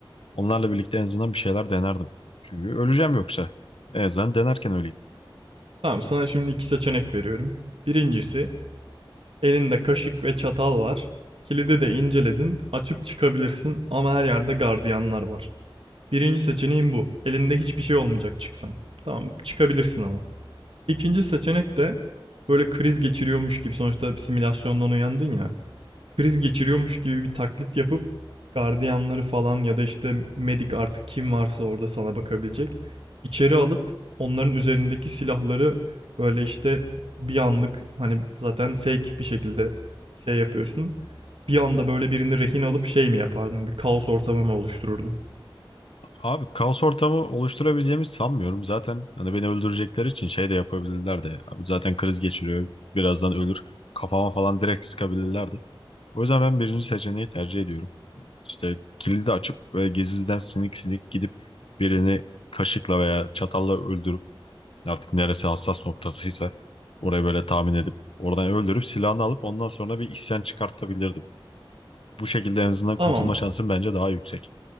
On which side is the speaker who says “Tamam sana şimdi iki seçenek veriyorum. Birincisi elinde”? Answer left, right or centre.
Right